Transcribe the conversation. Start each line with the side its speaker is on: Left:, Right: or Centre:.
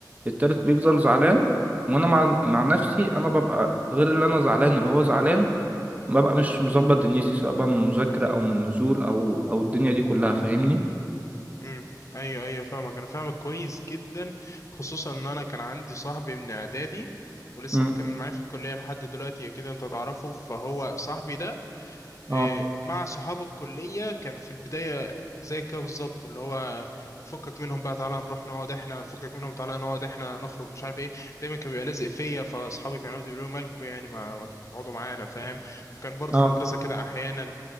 Right: التالت بيفضل زعلان وانا مع مع نفسي انا ببقى غير اللي انا زعلان اللي هو زعلان ببقى مش مظبط دنيتي سواء بقى من مذاكرة او من نزول او او الدنيا دي كلها فاهمني
Left: مم. ايوه ايوه فاهمك انا فاهمك كويس جدا خصوصا ان انا كان عندي صاحبي من اعدادي ولسه
Right: امم
Left: مكمل معايا في الكلية لحد دلوقتي اكيد انت تعرفه فهو صاحبي ده
Right: اه
Left: آه، مع صحاب الكلية كان في البداية زي كده بالظبط اللي هو بتفكك منهم بقى تعالى نروح نقعد احنا بتفكك منهم تعالى نقعد احنا نخرج مش عارف ايه دايما كان بيبقى لازق فيا فاصحابي كانوا يقعدوا يقولوا لي مالكوا يعني ما, ما تقعدوا معانا فاهم وكان برضه
Right: اه
Left: في المدرسة كده احيانا